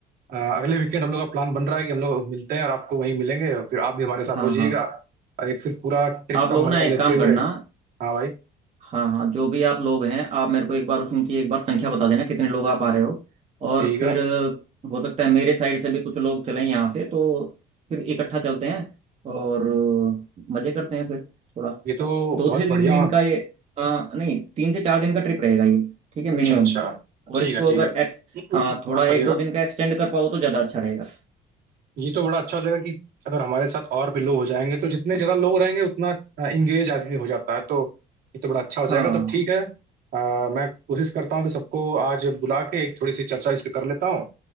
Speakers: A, on the right; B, on the right.
A: अ, अगले वीकेंड हम लोग का प्लान बन रहा है कि हम लोग मिलते हैं और आपको वहीं मिलेंगे और फिर आप भी हमारे साथ
B: हाँ
A: हो जाइएगा
B: हाँ
A: और एक फिर पूरा ट्रिप
B: आप
A: का
B: लोग
A: मजा
B: ना एक
A: लेते
B: काम
A: हुए
B: करना
A: हाँ भाई
B: हाँ हाँ जो भी आप लोग हैं आप मेरे को एक बार उनकी एक बार संख्या बता देना कितने लोग आप आ रहे हो और
A: ठीक
B: फिर
A: है
B: अ, हो सकता है मेरे साइड से भी कुछ लोग चलें यहाँ से तो फिर इकट्ठा चलते हैं और अ, मजे करते हैं फिर थोड़ा
A: ये तो
B: दो
A: बहुत
B: से
A: बढ़िया
B: तीन दिन का ये अ, नहीं तीन से चार दिन का ट्रिप रहेगा ये ठीक है
A: अच्छा
B: मिनिमम
A: अच्छा ठीक
B: और इसको
A: है ठीक
B: अगर
A: है
B: एक्स हाँ थोड़ा
A: माफ करिएगा
B: एक दो दिन का एक्सटेंड कर पाओ तो ज़्यादा अच्छा रहेगा
A: ये तो बड़ा अच्छा हो जाएगा कि अगर हमारे साथ और भी लोग हो जाएंगे तो जितने ज्यादा लोग रहेंगे उतना इंगेज आदमी हो जाता है तो ये तो बड़ा अच्छा हो जाएगा
B: हाँ
A: तो ठीक है अ, मैं कोशिश करता हूँ कि सबको आज बुला के एक थोड़ी सी चर्चा इस पे कर लेता हूँ